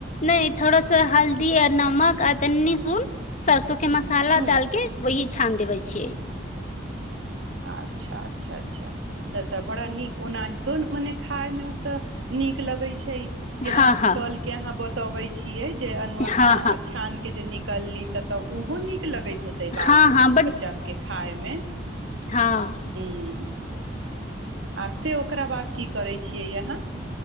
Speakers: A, on the left (about 40°); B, on the right (about 80°).
A: नहि थोड़सा हल् दी आ नमक आ तनी सुन सरसो के मसाला
B: हूँ
A: डालके वही छान देबै छियै
B: अच्छा अच्छा अच्छा तऽ तऽ बड़ा नीक ओनाहितो मने खायमे ओ तऽ नीक लगै छै जेना
A: हँ हँ
B: तलके अहाँ ब बतबै छियै जे अनु
A: हँ हँ
B: छान के जे नीक कलली त तऽ ओहो नीक लगय होतै बाल
A: हँ हँ
B: बच्चा सभकेँ खायमे
A: हाँ
B: हूँ आ से ओकरा बाद की करै छियै य अहाँ